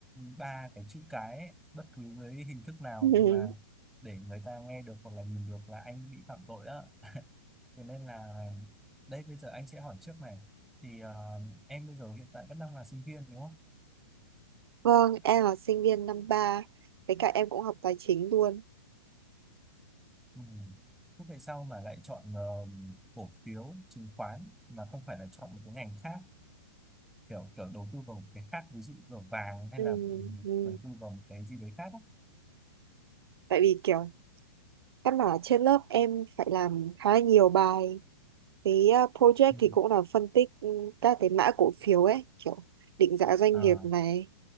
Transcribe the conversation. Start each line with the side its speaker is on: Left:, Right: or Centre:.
Centre: ba cái chữ cái ấy, bất cứ với hình thức nào
Right: Ừ.
Centre: mà để người ta nghe được hoặc là nhìn được là anh bị phạm tội đó thế nên là đây bây giờ anh sẽ hỏi trước này thì ờ, em bây giờ hiện tại vẫn đang là sinh viên đúng không
Right: Vâng, em là sinh viên năm ba, với cả em cũng học tài chính luôn.
Centre: ừ. thế tại sao mà lại chọn ờ, cổ phiếu chứng khoán mà không phải là chọn một cái ngành khác kiểu kiểu đầu tư vào một cái khác ví dụ vào vàng hay
Right: Ừ,
Centre: là
Right: ừ.
Centre: đầu tư vào một cái gì đấy khác á.
Right: Tại vì kiểu căn bản là trên lớp em phải làm khá là nhiều bài cái à, project
Centre: Ừ.
Right: thì cũng là phân tích ừ, các cái mã cổ phiếu ấy kiểu định giá doanh
Centre: à,
Right: nghiệp này